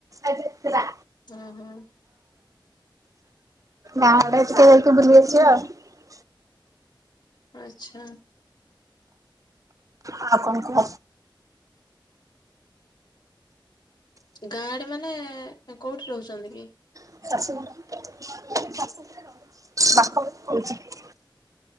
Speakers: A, on the right; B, on the left.
A: ଏଇଠି ଥିଲା।
B: ହଁ ହଁ।
A: ଗାଁ ଆଡେ ଟିକେ ଯାଇକି ବୁଲି ଆସିବ। <inaudible>
B: ଆଚ୍ଛା
A: ଆଉ କଣ କୁହ।
B: ଗାଁ ଆଡେ ମାନେ କୋଉଠି ରହୁଚନ୍ତି କି?
A: <unintelligible> <inaudible>